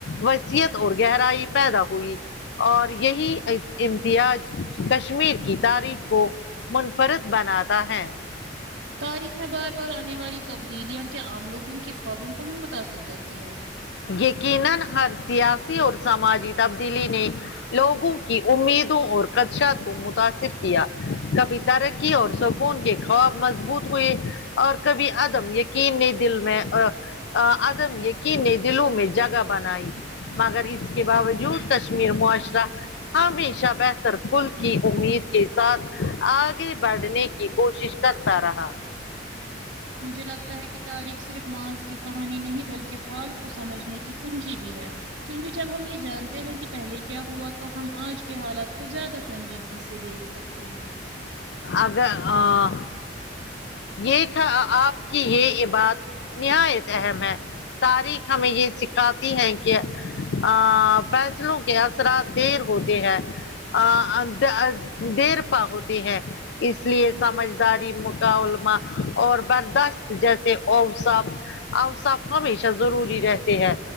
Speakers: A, on the left; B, on the right.
A: وصیت اور گہرائی پیدا ہوئی اور یہی امتیاز کشمیر کی تاریخ کو منفرد بناتا ہے
B: تاریخ میں بار بار آنے والی تبدیلیاں کیا عام لوگوں کے خوابوں کو بھی متاثر کرتی ہے
A: یقینا ہر سیاسی اور سماجی تبدیلی نے لوگوں کی امیدوں اور خدشات کو متاثر کیا کبھی ترق ی اور سکون کے خواب مضبوط ہوئے اور کبھی عدم یقین نہیں دل میں ا ا عدم یقین نے دلوں میں جگہ بنائی مگر اس کے باوجود کشمیر معاشرہ ہمیشہ بہتر کل کی امید کے ساتھ آگے بڑھنے کی کوشش کرتا رہا
B: مجھے لگتا ہے کہ تاریخ صرف ماضی کی کہانی نہیں بلکہ حال کو سمجھنے کی کنجی بھی ہے کیونکہ جب ہم یہ جانتے ہیں کہ پہلے کیا ہوا تو ہم آج کے حالات کو زیادہ سنجیدگی سے د دیکھ سکتے ہیں
A: اگر آ یہ تھا ا آپ کی یہ یہ بات نہایت اہم ہے تاریخ ہمیں یہ سکھاتی ہیں کہ ا فیصلوں کے اثرات دیر ہوتی ہے ا دیر پہ ہوتی ہے اس لیے سمجھداری مکمہ اور برداشت جیسے اوصاف اوصاف ہمیشہ ضروری رہتے ہیں